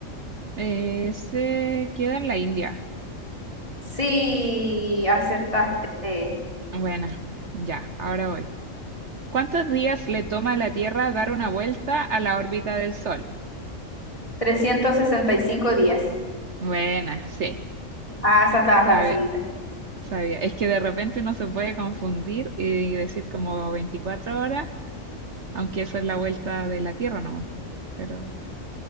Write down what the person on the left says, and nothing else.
Sí, acertaste.
365 días.
Ah, esa estaba
facilita.